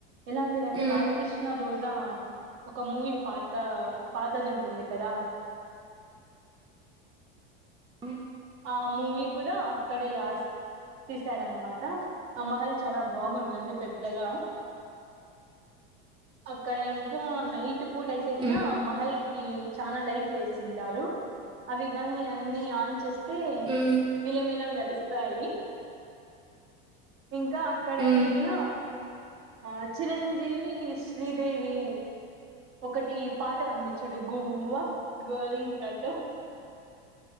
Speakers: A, on the right; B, on the right.
A: ఎలాంటిదింటే
B: ఉమ్
A: బాలకృష్ణ రోజా ఒక మూవీ పాట్ దా పాతది ఉంటుంది కదా
B: ఉ
A: ఆ మూవీ కూడా అక్కడే ఆస్ తీశారనమాట ఆ మహల్ చాలా బాగుంటుంది పెద్దగా అక్కడ ఇంకా నైట్ పూట అయితే
B: ఉమ్
A: గిన మహల్ కి చానా లైట్లు వేసింటారు అవి గానీ అన్ని ఆన్ చేస్ తే
B: ఉమ్
A: మిలమిలా మెరుస్తాయి ఇంకా అక్కడ
B: ఉమ్
A: అయితే గిన ఆ చిరంజీవికి శ్రీదేవి ఒకటి పాట ఉంది చూడు గువ్వా గోరింకతో